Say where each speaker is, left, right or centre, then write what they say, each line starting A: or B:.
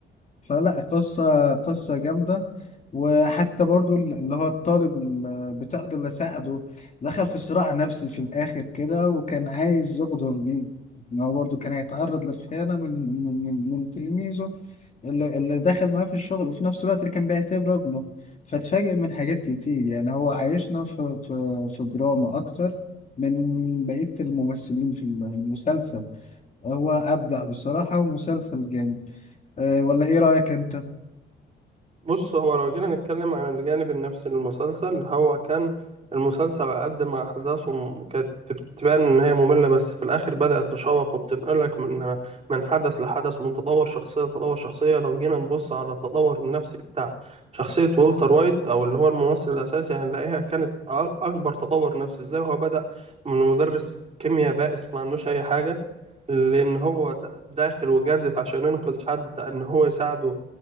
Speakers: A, on the left (about 35°); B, on the right (about 35°).
A: فلا قصة قصة جامدة وحتى برضو اللي هو الطالب ال- بتاعه ده اللي ساعده دخل في صراع نفسي في الآخر كده وكان عايز يغدر بيه إن هو برضو كان هيتعرض للخيانة من من من من تلميذه اللي, اللي دخل معاه في الشغل وفي نفس الوقت اللي كان بيعتبره ابنه فاتفاجئ من حاجات كتير يعني هو عايشنا في في, في دراما أكتر من بقية الممثلين في المسلسل هو أبدع بصراحة ومسلسل جامد أه ولا إيه رأيك أنت؟
B: بص هو لو جينا نتكلم عن الجانب النفسي للمسلسل هو كان المسلسل على قد ما أحداثه م- كانت تبان إن هي مملة بس في الآخر بدأت تشوق وبتنقلك من من حدث لحدث ومن تطور شخصية لتطور شخصية لو جينا نبص على التطور النفسي بتاع شخصية والتر وايت أو اللي هو الممثل الأساسي هنلاقيها كانت أ- أكبر تطور نفسي إزاي هو بدأ من مدرس كيمياء بائس ما عندوش أي حاجة لأن هو د- داخل وجازف عشان ينقذ حد إن هو يساعده